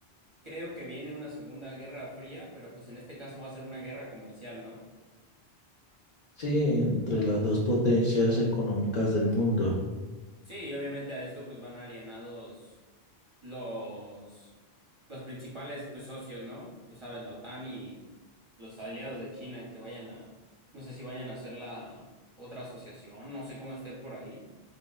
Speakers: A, on the right; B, on the left.
A: creo que viene una segunda guerra fría, pero pues en este caso va a ser una guerra comercial, ¿no?
B: Sí, entre las dos potencias económicas del mundo.
A: Sí, y obviamente a esto pues van alienados los los principales pues socios, ¿no? Tú sabes, la OTAN y los aliados de China que vayan a no sé si vayan a hacer la otra asociación, no sé cómo esté por ahí